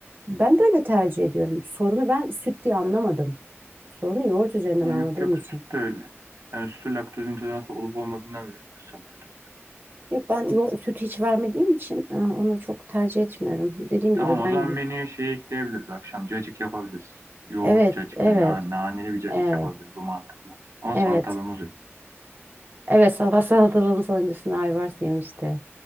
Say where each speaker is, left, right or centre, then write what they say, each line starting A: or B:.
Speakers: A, on the right; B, on the right.
A: Ben böyle tercih ediyorum. Sorunu ben süt diye anlamadım. Sorunu yoğurt üzerinden
B: E,
A: anladığım
B: Yok yok
A: için.
B: süt de öyle. Yani sütü laktoz intoleransı olup olmadığından beri sanıyordum.
A: Yok ben yo süt hiç vermediğim için e, onu çok tercih etmiyorum. Dediğim
B: Tamam
A: gibi
B: o
A: ben
B: zaman
A: y-
B: menüye şey ekleyebiliriz. Akşam cacık yapabiliriz. Yoğurt
A: evet
B: cacık
A: evet
B: ve na naneli bir cacık
A: evet
B: yapabiliriz. Bu mantıklı. Ama
A: evet
B: salatalığımız yok.
A: evet sabah <laughs> salatalığın sonuncusunda ayvars yemişti.